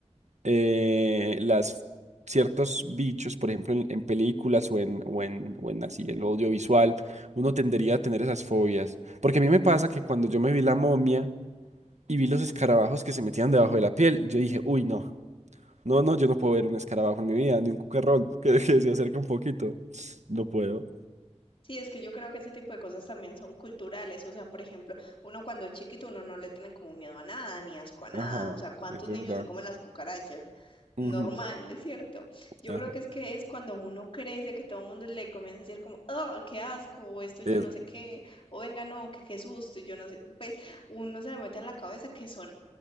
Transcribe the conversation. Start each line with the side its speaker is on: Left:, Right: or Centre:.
Right: eh, las ciertos bichos, por ejemplo, en, en películas o en, o en, o en así, en lo audiovisual, uno tendería a tener esas fobias. Porque a mí me pasa que cuando yo me vi la momia y vi los escarabajos que se metían debajo de la piel, yo dije, uy, no, no, no, yo no puedo ver un escarabajo en mi vida, ni un cucarrón <laughs> que, que se acerca un poquito. No puedo.
Left: Sí, es que yo creo que este tipo de cosas también son culturales, o sea, por ejemplo, uno cuando es chiquito uno no le tiene como miedo a nada, ni asco a nada,
Right: Ajá,
Left: o sea, ¿cuántos
Right: es verdad.
Left: niños se comen las cucarachas?
Right: Ujú,
Left: Normal, es cierto. Yo
Right: ajá,
Left: creo que es que es cuando uno crece que todo el mundo le comienza a decir como, oh, qué asco, o esto yo
Right: es,
Left: no sé qué, o venga, no, que qué susto, y yo no sé, pues uno se le mete en la cabeza que son